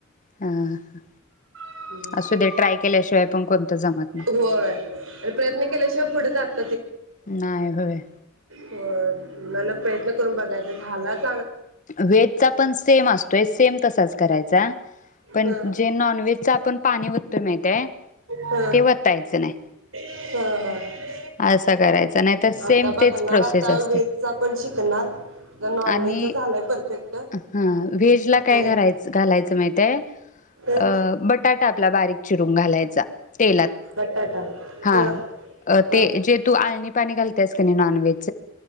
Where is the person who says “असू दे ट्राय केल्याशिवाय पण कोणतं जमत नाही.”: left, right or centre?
Left